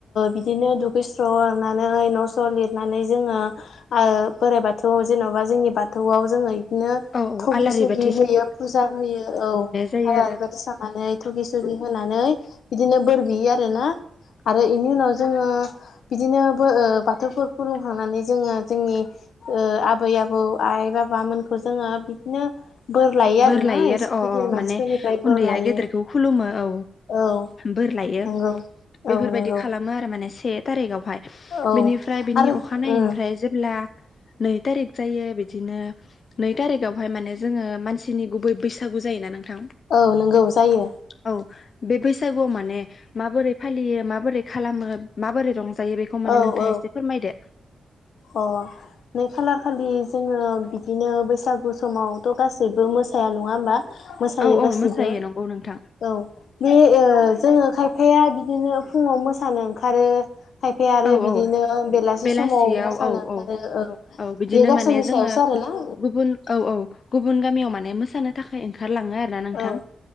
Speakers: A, on the left; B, on the left.
A: बिदिनो दुखैस्र' लांनानै न'स्र' लिरनानै जोङो आरो बोराइ बाथौआव जेन'बा जोंनि बाथौआव जोङो बिदिनो
B: औ औ
A: थगि
B: आलारि
A: सगि
B: बाथ
A: होयो फुजा होयो औ
B: जायो
A: आ
B: आरो
A: ओरैबायदि साननानै सि होनानै बिदिनो बोर बियो आरोना आरो बेनि उनाव जोङो बिदिनो बाथौ खुलुमखांनानै जोङो जोंनि आबै आबौ आइ बाबामोनखौ जोङो बिदिनो बोर लायो आरोना
B: बोर लायो
A: एसे
B: आरो अ
A: गिदिर
B: अ
A: मानसिफोरनिफ्राय
B: माने
A: बोर
B: उन्दैया
A: लायो
B: गेदेरखौ खुलुमो। औ
A: औ
B: बोर लायो
A: नंगौ
B: बेफोरबायदि
A: औ नंगौ
B: खालाम आरो से थहाय
A: औ
B: बिनिफ्राय बिनि
A: आरो
B: अखानायैनिफ्राय
A: उम
B: जेब्ला नै थारिख जायो बिदिनो नै थारिखावहाय माने जोङो मानसि सिनि गुबै बैसागु जायो ना नोंथां?
A: औ नंगौ जायो।
B: औ बे बैसागुआव माने माबोरै फालियो माबोरै खालामो माबोरै रंजायो। बे खौ माने
A: औ
B: नोंथाङा
A: औ
B: एसे फोरमायदो।
A: अ नै खालार खालि जोङो बिदिनो बैसागु समाव थ' गासैबो मोसाया नङा होमबा मोसायो
B: औ औ
A: गाससिबो
B: मोसायो नंगौ नोंथां
A: औ बे जोङो खायफाया बिदिनो फुङाव मोसानो ओंखारो खायफाया आरो
B: औ
A: बिदिनो
B: औ
A: बेलासि
B: बेलासियाव
A: समाव सानो
B: औ
A: ओंखारो
B: औ
A: बेयो
B: औ बिदिनो
A: गावसोरनि
B: माने जोङो
A: सायावसो आरो ना।
B: गुबुन औ औ गुबुन गामियाव माने मोसानो थाखाय ओंखारलाङो आरो ना नोंथां
A: औ